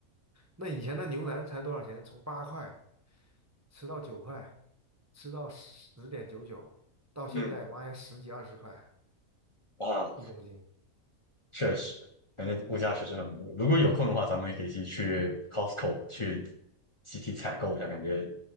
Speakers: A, on the right; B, on the left.
A: 那以前的牛腩才多少钱？从八块吃到九块，吃到十点九九，到现在妈呀十几二十块
B: 嗯啊，
A: 一公斤。
B: 确实，反正物价确实很贵。如果有空的话，咱们也可以一起去 Costco 去集体采购一下，感觉